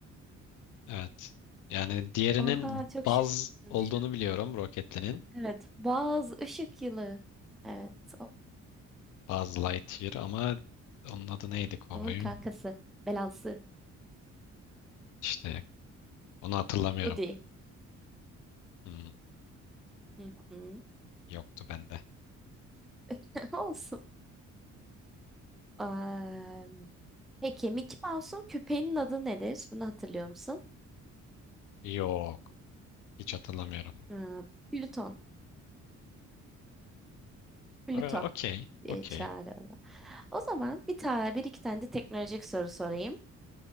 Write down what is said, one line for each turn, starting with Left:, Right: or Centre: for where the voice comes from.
Left: Evet. Yani diğerinin
Centre: Oha çok
Left: Buzz
Centre: şaşırdım
Left: olduğunu
Centre: şu
Left: biliyorum.
Centre: an.
Left: Roketli'nin.
Centre: Evet. Buzz Işık Yılı. Evet. o-
Left: Buzz Lightyear ama onun adı neydi kovboyun?
Centre: Onun kankası. Belası.
Left: İşte onu hatırlamıyorum.
Centre: Woody.
Left: Hmm,
Centre: Hı hı.
Left: yoktu bende.
Centre: <laughs> Olsun. Am, peki Mickey Mouse'un köpeğinin adı nedir? Bunu hatırlıyor musun?
Left: Yok. Hiç hatırlamıyorum.
Centre: Aa, Plüton. Plüto
Left: Aa, okey.
Centre: diye
Left: Okey.
Centre: çağırıyor. O zaman bir tane bir iki tane de teknolojik soru sorayım.